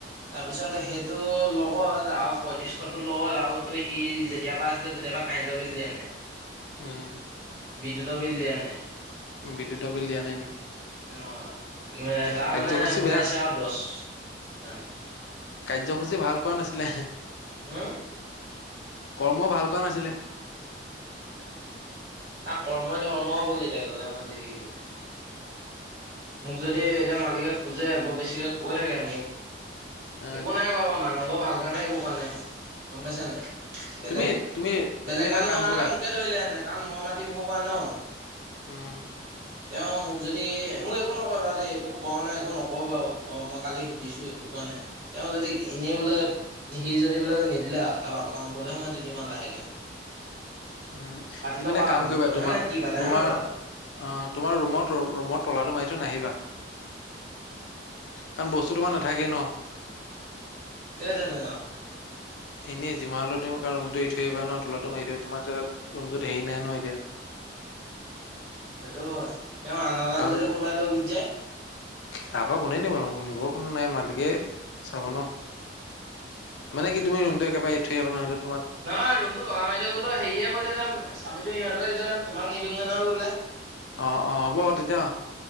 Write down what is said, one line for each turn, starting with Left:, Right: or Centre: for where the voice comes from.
Right: তাৰপিছত সেইটো লগৰ যাওঁ পয়ত্ৰিছশতো লগত আৰু তোসি যেতিয়াৰ পা আছিলে তে তই এইবাৰ কাৰেণ্টৰ বিল দিলিনে নাই?
Left: উম'।
Right: বিদ্যুতৰ বিল দিয়া নাই।
Left: বিদ্যুতৰ বিল দিয়া নাই নি?
Right: অ' তাৰমানানে
Left: কাৰ্যসূচী
Right: হৈ
Left: বেয়া
Right: আছে আৰু দহ মান।
Left: কাৰ্যসূচী ভাল কৰা নাছিলে।
Right: হা।
Left: কৰ্মও ভাল কোৱা নাছিলে।
Right: তাৰ কৰ্মই ধৰ্ম হবগৈ এতিয়া ক তা মই যি দেখিছো। মোক যদি এতিয়া মালিকে খোজে বৰ বেছিকে কৈ থাকে মোক।
Left: অ
Right: একো নাই ক বাৰু আমাৰ মানুহঘৰ ভাল কাৰণে একো কৰোৱা নাই। গম পাইছ নাই বেলেগ
Left: তুমি তুমি
Right: বেলেগ
Left: তুমি এটা
Right: মানুহ
Left: কাম
Right: অহা
Left: কৰিবা
Right: হ'লে মোকে ধৰিলেহেতেন। কাৰণ মই মাতিম <unintelligible> ন
Left: উম।
Right: তেওঁ মোক যদি মোক একো নকয় বাৰু দেই একো কোৱা নাই। একো নকয় বাৰু মই কালি সুধিছো একো কোৱা নাই তেওঁ যদি এনেই বোলে। বোলে সি যদি বোলে নিদিলে আৰু তাৰ বাপকৰ মৰমতে মই দি দিম আৰু লাহেকে।
Left: উম,
Right: পাতি
Left: তুমি
Right: লওক
Left: এটা
Right: আৰু
Left: কাম
Right: আপোনালোকে
Left: কৰিবা তোমাৰ,
Right: হয় নহয় কি পাতে
Left: তোমাৰ।
Right: হয় নহয় বাৰু
Left: অ' তোমাৰ ৰুমত ৰুমত তলাটো মাৰি থৈ নাহিবা। কাৰণ বস্তু তোমাৰ নাথাকেই ন'।
Right: কেলেই তেনেকুৱা।
Left: এনেই যিমান হ'লেও। ৰুমটো এৰি থৈ আহিবা ন তলাটো মাৰি থবা তোমাৰ তাত ৰুমটোত হেৰি নাই ন এতিয়া।
Right: <unintelligible>
Left: কাৰণ,
Right: যদি কোনোবাই লৈ গুচি যায়
Left: তাৰপা কোনে নিবনো নিব কোনো নাই মালিকে চাব ন', মানে কি তুমি ৰুমটো একেবাৰে এৰি থৈ আহিব নো
Right: নহয় ৰুমটো টলা মাৰি থৈ গ'লো হেৰীয়ে কৈ থৈ যাম চাবিতো ইহঁতকে দি থৈ যাম তোমাক নিদিও। <unintelligible>
Left: অ', অ, হ'ব তেতিয়া,